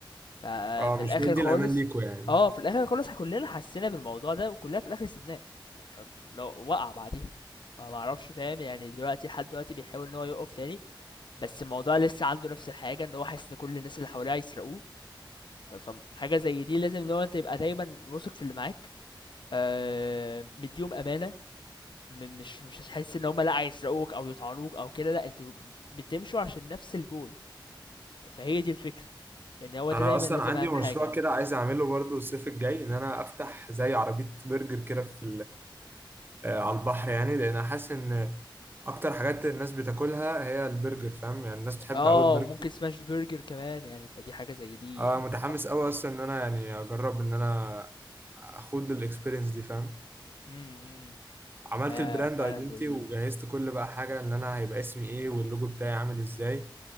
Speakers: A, on the left (about 65°); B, on the right (about 25°).
A: ففي
B: اه
A: الاخر
B: مش مدي
A: خالص
B: الامان ليكوا يعني
A: اه في الاخر خالص كلنا حسينا بالموضوع ده وكلنا في الاخر سيبناه ف- فلو وقع بعديها ما معرفش فاهم يعني دلوقتي لحد دلوقتي بيحاول ان هو يقف تاني بس الموضوع لسه عنده نفس الحاجه ان هو حاسس ان كل الناس اللي حواليه هيسرقوه ف- فحاجه زي دي لازم لو انت تبقى دايما واثق في اللي معاك آه مديهم امانه م- مش مش هتحس ان هم لا هيسرقوك او يطعنوك او كده لا انتوا بتمشوا عشان نفس الجول ف- فهي دي الفكره يعني هو ده
B: انا
A: دايما
B: اصلا
A: لازم
B: عندي
A: اهم
B: مشروع
A: حاجه يعني
B: كده عايز اعمله برضو الصيف الجاي ان انا افتح زي عربية برجر كده في آه، على البحر يعني لان أنا حاسس ان اكتر حاجات الناس بتاكلها هي البرجر فاهم يعني الناس بتحب
A: اه
B: قوي البرجر
A: ممكن سماش برجر كمان يعني فدي حاجة زي دي
B: اه
A: لا،
B: متحمس
A: تحفة
B: قوي اصلا ان انا يعني اجرب ان انا اخوض الاكسبيرينس دي فاهم
A: امم
B: عملت
A: آه
B: البراند
A: فعلا
B: ايدنتي
A: زي دي
B: وجهزت كل بقى حاجه ان انا هيبقى اسمي ايه واللوجو بتاعي عامل ازاي